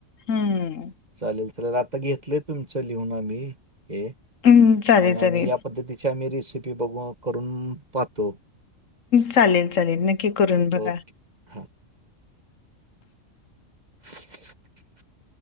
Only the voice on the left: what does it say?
हम्म.
हम्म, चालेल
चालेल.
चालेल चालेल नक्की करून बघा.